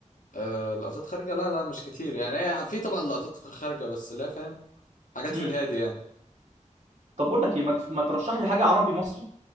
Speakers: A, on the left; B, on the right.
A: آه لقطات خارجه لا لا مش كتير يعني هي في طبعا لقطات خارجه بس لا فاهم حاجات
B: امم
A: في الهادي يعني
B: طب بقول لك إيه ما تف- ما ترشح لي حاجة عربي مصري